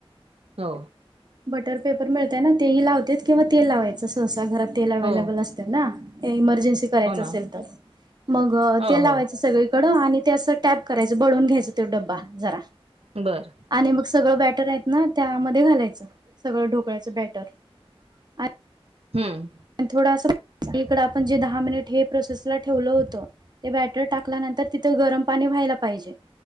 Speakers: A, on the right; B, on the right.
A: हो
B: बटर पेपर मिळतय ना तेही लावतेत किंवा तेल लावायचं सहसा घरात तेल अवेलेबल
A: हो
B: असतय ना इमर्जन्सी करायचं
A: हो ना
B: असेल तर मग
A: हो
B: तेल लावायचं
A: हो
B: सगळी कडु आणि ते असं टॅप करायचं बळून घ्यायचं तो डब्बा जरा
A: बरं
B: आणि मग सगळं बॅटर आहेत ना त्यामध्ये घालायचं सगळं ढोकळ्याचं बॅटर आ
A: हम्म
B: आण थोडासा इकडं आपण जे दहा मिनिट हे प्रोसेस ला ठेवलं होतं ते बॅटर टाकल्यानंतर तिथं गरम पाणी व्हायला पाहिजे